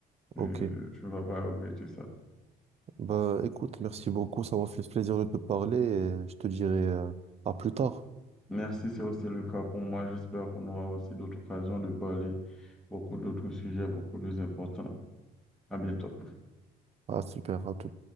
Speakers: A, on the right; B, in the centre.
A: Ok.
B: Euh, tu ne vas pas regretter ça.
A: Bah, écoute, merci beaucoup. Ça m'a fait plaisir de te parler et je te dirai euh, à plus tard.
B: Merci, c'est aussi le cas pour moi. J'espère qu'on aura aussi d'autres occasions de parler beaucoup d'autres sujets beaucoup plus importants. À bientôt.
A: Ah, super, à tout.